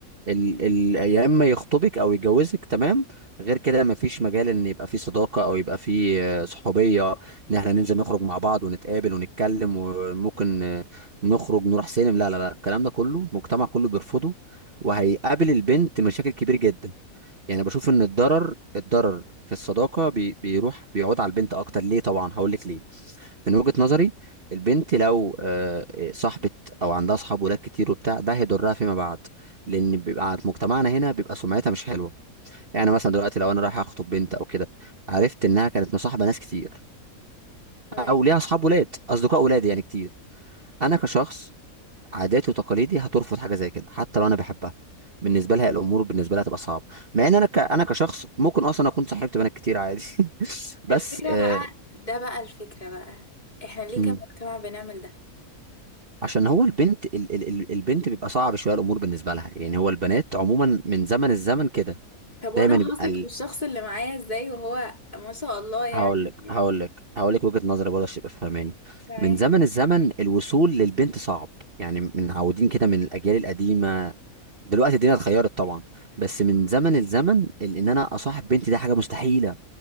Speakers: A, on the right (about 40°); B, on the left (about 30°).
A: ال ال يا اما يخطبك او يتجوزك تمام غير كده ما فيش مجال ان يبقى في صداقه او يبقى في آه، صحوبيه ان احنا ننزل نخرج مع بعض ونتقابل ونتكلم وممكن آه، نخرج نروح سينما لا لا لا الكلام ده كله المجتمع كله بيرفضه وهيقابل البنت مشاكل كبير جدا يعني بشوف ان الضرر الضرر في الصداقه بي بيروح بيعود على البنت اكتر ليه طبعا هقول لك ليه من وجهة نظري البنت لو آه، صاحبة او عندها اصحاب ولاد كتير وبتاع ده هيضرها فيما بعد لان بيبقى عند مجتمعنا هنا بيبقى سمعتها مش حلوه يعني مثلا دلوقتي لو انا رايح اخطب بنت او كده عرفت انها كانت مصاحبه ناس كتير
B: تمام
A: او ليها اصحاب ولاد اصدقاء ولاد يعني كتير انا كشخص عاداتي وتقاليدي هترفض حاجه زي كده حتى لو انا بحبها بالنسبه لها الامور بالنسبه لها هتبقى صعبه مع ان انا ك... انا كشخص ممكن اصلا اكون صاحبت بنات كتير عادي <laughs> بس
B: الفكرة
A: آه...
B: بقى ده بقى الفكرة بقى احنا ليه
A: مم.
B: كمجتمع بنعمل ده
A: عشان هو البنت ال ال ال- البنت بيبقى صعب شويه الامور بالنسبه لها يعني هو البنات عموما من زمن الزمن كده
B: طب وانا
A: دايما يبقى
B: هثق
A: ال...
B: بالشخص اللي معايا ازاي وهو ما شاء الله يعني
A: هقول لك هقول لك هقول لك وجهه نظري برضه عشان تبقى فاهماني
B: تمام
A: من زمن الزمن الوصول للبنت صعب يعني من عودين كده من الاجيال القديمه دلوقتي الدنيا اتغيرت طبعا بس من زمن الزمن ال- ان انا اصاحب بنتي ده حاجه مستحيله